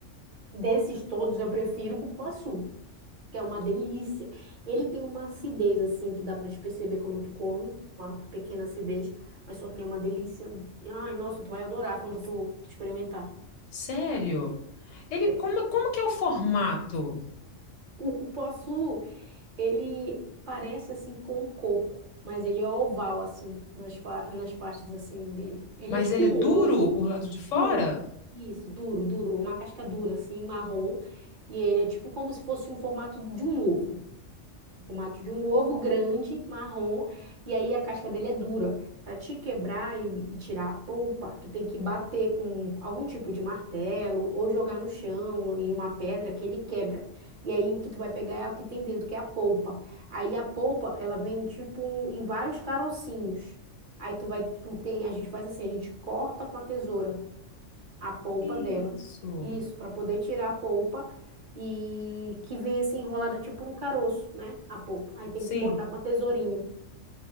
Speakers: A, on the right; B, on the left.
A: Desses todos, eu prefiro cupuaçu. que é uma delícia. Ele tem uma acidez, assim, que dá pra te perceber quando tu come, uma pequena acidez, mas só que ele é uma delícia. Ai, nossa, tu vai adorar quando tu, tu experimentar,
B: Sério? Ele
A: sério.
B: como, como que é o formato?
A: O cupuaçu, ele parece, assim, com o coco, mas ele é oval, assim, nas, fa- nas partes, assim, dele. Ele
B: Mas
A: é tipo
B: ele
A: um
B: é duro
A: ovo
B: por lado de fora?
A: duro. Isso, duro, duro, uma casca dura, assim, marrom. E ele é tipo como se fosse um formato de um ovo. o formato de um ovo grande, marrom, e aí a casca dele é dura. Para te quebrar e, e tirar a polpa, tu tem que bater com algum tipo de martelo ou jogar no chão em uma pedra que ele quebra. E aí o que tu vai pegar é o que tem dentro, que é a polpa. Aí a polpa, ela vem tipo em vários carocinhos. Aí tu vai, tu tem, a gente faz assim, a gente corta com a tesoura a polpa
B: Que
A: dela.
B: isso?
A: Isso, para poder tirar a polpa e que vem assim enrolada tipo no caroço, né? A polpa. Aí tem
B: Sim.
A: que cortar com a tesourinha.